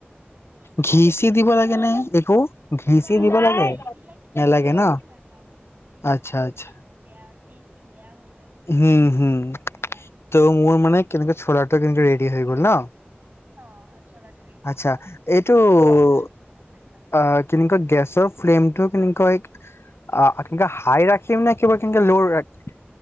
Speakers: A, on the right (about 45°); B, on the left (about 75°).
A: দি পেলা
B: ঘি চি দিব
A: নামাই
B: লাগে নে
A: দিবা
B: একো ঘি
A: নাই
B: চি দিব লাগে
A: নাই এইবিলাক
B: নেলাগে
A: এইবিলাক
B: ন
A: দি নাখাবা এইবিলাক
B: আচ্ছা
A: দি নাখাবা
B: আচ্ছা
A: আ বেয়া টেষ্টটো বেয়া হৈ যাব
B: হুম হুম
A: এইবিলাক দিলে।
B: ত মোৰ মানে কেনেকে কিন্তু ৰেডি হৈ গ'ল ন
A: অ জলা টো ৰেডি
B: আচ্ছা
A: হৈ গ'ল পিছত
B: এইটো
A: তুমি
B: অ
A: ৰাখি কিনে আৰামছে খাব পাৰিবা।
B: কেনেকুৱা গেছৰ ফ্লেমটো কেনেকৈ কেনেকা হাই ৰাখিম নে কিবা কেনেকে ল' ৰাখি